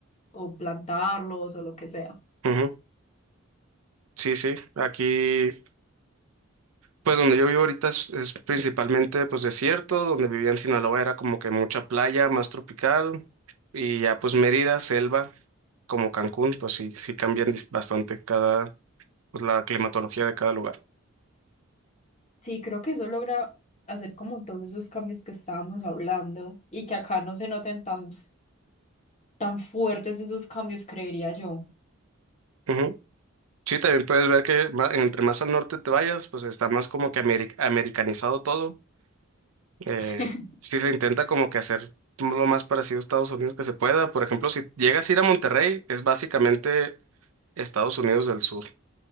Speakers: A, on the left (about 30°); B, on the right (about 80°).
A: o plantarlos o lo que sea.
B: Ujú. Sí, sí, aquí pues donde yo vivo ahorita es, es principalmente pues desierto, donde vivía en Sinaloa era como que mucha playa, más tropical y ya pues Mérida, selva, como Cancún, pues sí, sí cambian dis- bastante Cada, pues, la climatología de cada lugar.
A: Sí, creo que eso logra hacer como todos esos cambios que estábamos hablando y que acá no se noten tan, tan fuertes esos cambios, creería yo.
B: Ujú. Sí, también puedes ver que ma- entre más al norte te vayas, pues está más como que ameri- americanizado todo. Eh,
A: <laughs>
B: sí se intenta como que hacer lo más parecido a Estados Unidos que se pueda. Por ejemplo, si llegas a ir a Monterrey, es básicamente Estados Unidos del Sur.